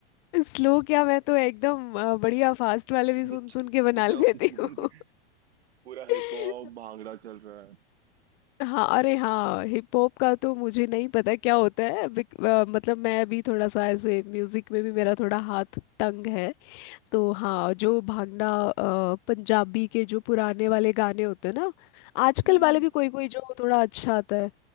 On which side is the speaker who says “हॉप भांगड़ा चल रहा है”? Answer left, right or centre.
Right